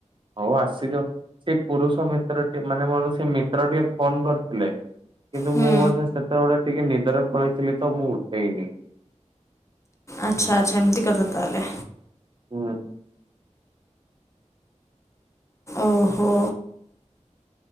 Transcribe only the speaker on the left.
ହୁଁ
ଆଚ୍ଛା ଆଚ୍ଛା ଏମିତି କଥା ତାହେଲେ।
ଓହୋ